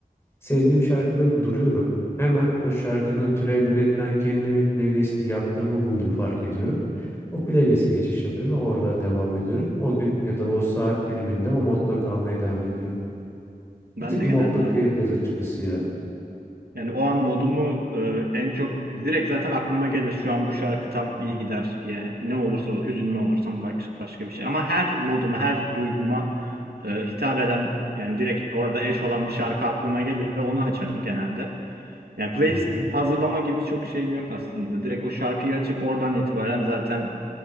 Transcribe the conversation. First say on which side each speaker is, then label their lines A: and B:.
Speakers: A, on the left (about 15°); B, on the right (about 85°).
A: Sevdiğim şarkıda duruyorum. Hemen o şarkının türevlerinden kendime bir playlisti yaptığımı buluyor fark ediyorum. O playlist'e geçiş yapıyorum ve oradan devam ediyorum. O gün ya da o saat diliminde o modda kalmaya devam ediyorum.
B: Ben
A: Bir tık
B: de
A: modluk
B: genelde aynı.
A: diyebiliriz açıkçası ya.
B: Yani o an modumu e, en çok direkt zaten aklıma gelir. Şu an bu şarkı tam iyi gider diye. Ne olursa olur. Hüzünlü olursam baş, başka bir şey. Ama her moduma, her duyguma e, hitap eden yani direkt orada eş olan bir şarkı aklıma gelir ve onu açarım genelde. Yani playlist
A: Hı hı.
B: hazırlama gibi çok şeyim yok aslında. Direkt o şarkıyı açıp oradan itibaren zaten